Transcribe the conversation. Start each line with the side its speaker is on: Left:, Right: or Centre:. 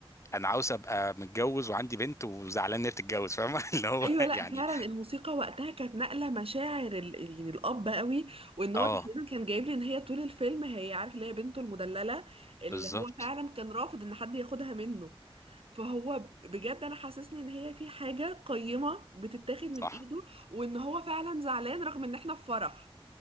Left: انا عاوز ابقى متجوز وعندي بنت وزعلان ان هي بتتجوز فاهم <laughs> اللي هو
Right: ايوه
Left: يعني
Right: لا فعلا الموسيقى وقتها كانت نقله مشاعر ال... يعني الاب قوي وان
Left: اه
Right: هو تقريبا كان جايب لي ان هي طول الفيلم هي عارف اللي هي بنته المدلله اللي
Left: بالظبط
Right: هو فعلا كان رافض ان حد ياخدها منه فهو ب- بجد انا حاسسني ان هي في حاجه قيمه بتتاخد من
Left: صح
Right: ايده وان هو فعلا زعلان رغم ان احنا في فرح